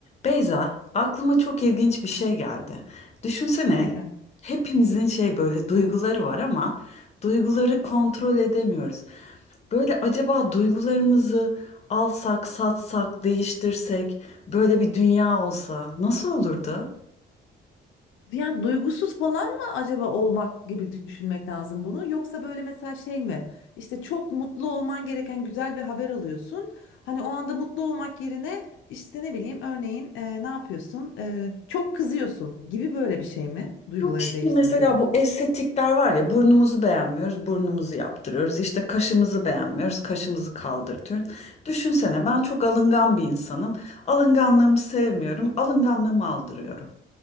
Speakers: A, on the left; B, on the left.
A: Beyza, aklıma çok ilginç bir şey geldi. Düşünsene,
B: Ne geldi?
A: hepimizin şey böyle duyguları var ama duyguları kontrol edemiyoruz. Böyle acaba duygularımızı alsak, satsak, değiştirsek böyle bir dünya olsa nasıl olurdu?
B: Yani duygusuz falan mı acaba olmak gibi düşünmek lazım bunu? Yoksa böyle mesela şey mi? İşte çok mutlu olman gereken güzel bir haber alıyorsun. Hani o anda mutlu olmak yerine işte ne bileyim örneğin e, ne yapıyorsun? E, çok kızıyorsun gibi böyle bir şey mi? Duyguları
A: Yok şimdi
B: değiştirmek
A: mesela
B: derken.
A: bu estetikler var ya burnumuzu beğenmiyoruz, burnumuzu yaptırıyoruz. İşte kaşımızı beğenmiyoruz, kaşımızı kaldırtıyoruz. Düşünsene ben çok alıngan bir insanım. Alınganlığımı sevmiyorum, alınganlığımı aldırıyorum.